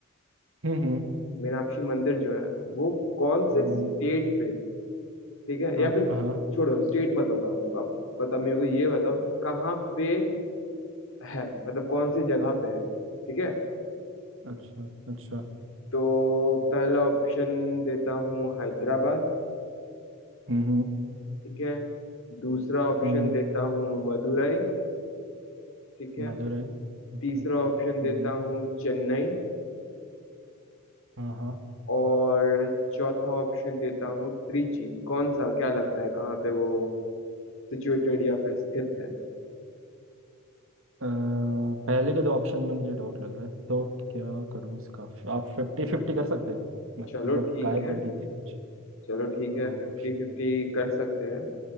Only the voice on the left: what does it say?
मीनाक्षी मंदिर जो है वो कौन
से
स्टेट पे ठीक है
या फिर
छोड़ो स्टेट मत बताओ मेरे को आप बताओ मेरे को ये बताओ कि कहाँ पे है मतलब कौन सी जगह पे है ठीक है
तो पहला ऑप्शन देता हूँ हैदराबाद
ठीक है दूसरा ऑप्शन
देता हूँ मदुरई ठीक है
तीसरा ऑप्शन देता
हूँ चेन्नई
और चौथा ऑप्शन देता हूँ त्रिची कौन सा क्या लगता है कहाँ पे वो सिचुएटेड या फिर स्थित है
चलो
ठीक
है
चलो ठीक
है फिफ्टी
फिफ्टी कर सकते हैं